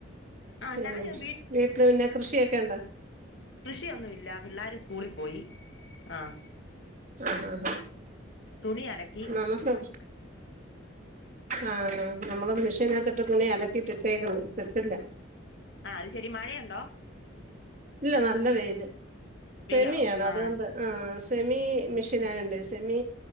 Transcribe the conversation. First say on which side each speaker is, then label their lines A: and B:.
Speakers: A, on the left; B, on the right.
A: ആഹ്
B: പിന്നെ
A: ഞാന്
B: വീട്ടില് പിന്നെ കൃഷിയൊക്കെണ്ടോ?
A: കൃഷിയൊന്നുഇല്ല പിള്ളേർ സ്കൂളിൽ പോയി ആഹ.
B: ആഹ ആ ഹ
A: തുണി അലക്കി.
B: നമുക്ക് ആഹ നമ്മള് മെഷീനത്തി ഇട്ട് തുണി അലക്കിട്ടട്ടേക്ക ഇട്ടില്ല.
A: ആ അത് ശരി മഴയുണ്ടോ?
B: ഇല്ല നല്ല വെയില്
A: വെയിലാണോ
B: സെമിയാണ്
A: ആഹ്
B: അതുകൊണ്ട്. ആ സെമി മെഷീൻ ആയുണ്ട് സെമി.